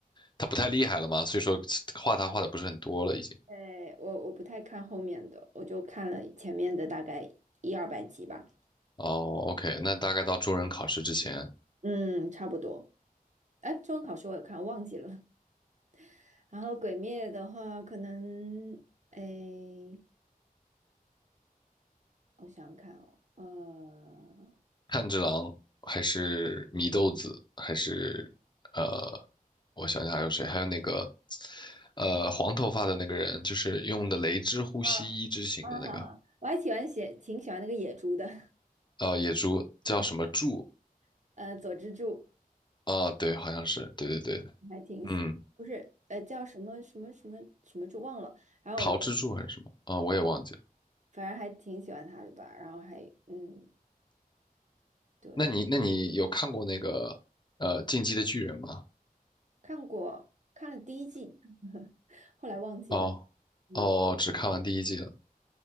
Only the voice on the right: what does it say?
对，我我不太看后面的，我就看了前面的大概一二百集吧，
嗯，差不多。哎，中文考试我有看，忘记了。<laughs> 然后《鬼灭》的话，可能诶。我想想看哦，
呃，啊，哈哈，我还喜欢写，挺喜欢那个野猪的，
<laughs> 呃，佐之助，
我还挺喜，
不是，呃，叫什么什么什么什么猪忘了，然后我就
反正还挺喜欢他的吧，然后还嗯，对，
看过看了第一季，后来忘记了
<laughs>，嗯，